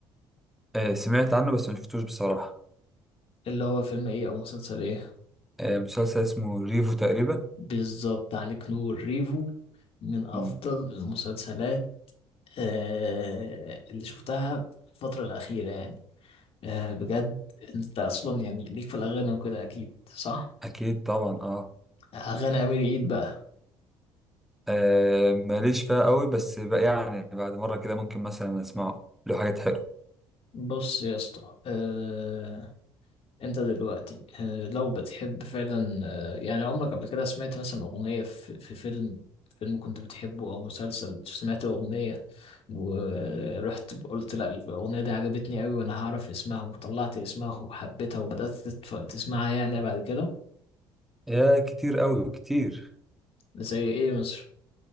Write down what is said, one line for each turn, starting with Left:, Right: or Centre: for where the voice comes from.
Centre: آه سمعت عنه بس ما شفتوش بصراحة
Left: اللي هو فيلم ايه او مسلسل ايه
Centre: آه مسلسل اسمه ريفو تقريبا
Left: بالظبط عليك نور ريفو من أفضل
Centre: مم.
Left: المسلسلات آه اللي شفتها في الفترة الأخيرة يعني آه بجد أنت أصلا يعني ليك في الأغاني وكده أكيد صح؟
Centre: اكيد طبعا اه
Left: أغاني أمير عيد بقى
Centre: آه، ماليش فيها قوي بس بقى يعني بعد مرة كده ممكن مثلا اسمعه له حاجات حلوة
Left: بص يا اسطى آه انت دلوقتي آه، لو بتحب فعلا آه، يعني عمرك قبل كده سمعت مثلا اغنية في في فيلم فيلم كنت بتحبه او مسلسل سمعت اغنية ورحت قلت لا الاغنية دي عجبتني قوي وانا هعرف اسمها وطلعت اسمها وحبيتها وبدأت تتف- تسمعها يعني بعد كده
Centre: يا كتير قوي كتير
Left: زي ايه مصر